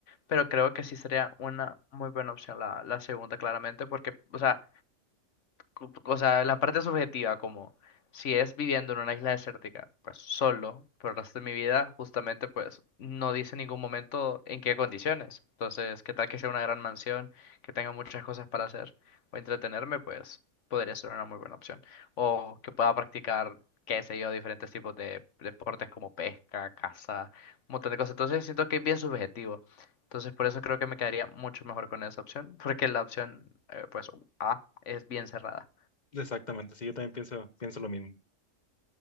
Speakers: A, on the left; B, on the left.
A: pero creo que sí sería una muy buena opción la, la segunda claramente porque, o sea... cu- O sea, la parte subjetiva, como si es viviendo en una isla desértica, pues solo por el resto de mi vida, justamente pues no dice en ningún momento en qué condiciones. Entonces, ¿qué tal que sea una gran mansión, que tenga muchas cosas para hacer o entretenerme? Pues podría ser una muy buena opción. O que pueda practicar, qué sé yo, diferentes tipos de deportes como pesca, caza, un montón de cosas. Entonces, siento que es bien subjetivo. Entonces, por eso creo que me quedaría mucho mejor con esa opción, porque la opción, eh, pues a es bien cerrada.
B: exactamente, sí, yo también pienso, pienso lo mismo.